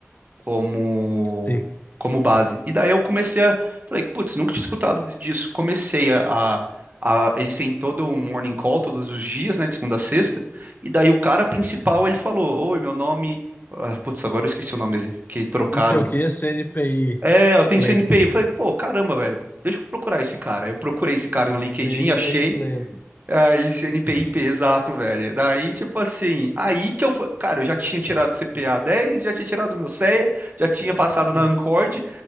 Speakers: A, on the right (about 40°); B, on the left (about 40°).
A: como,
B: Sim.
A: como base. E daí eu comecei a. Falei, putz, nunca tinha escutado disso. Comecei a. a a- eles têm todo um morning call todos os dias, né, de segunda a sexta, e daí o cara principal ele falou: Oi, meu nome. Ah, Putz, agora eu esqueci o nome dele, que trocaram.
B: Não sei o que, CNPI
A: É, eu tenho
B: pleno.
A: CNPq. Eu falei, pô, caramba, velho, deixa eu procurar esse cara. Eu procurei esse cara no LinkedIn,
B: CNPI
A: achei.
B: pleno.
A: Aí, esse NPIP, exato, velho. Daí, tipo assim, aí que eu fui. Cara, eu já tinha tirado o CPA dez já tinha tirado o meu CEA, já tinha passado
B: Nossa.
A: na Ancord.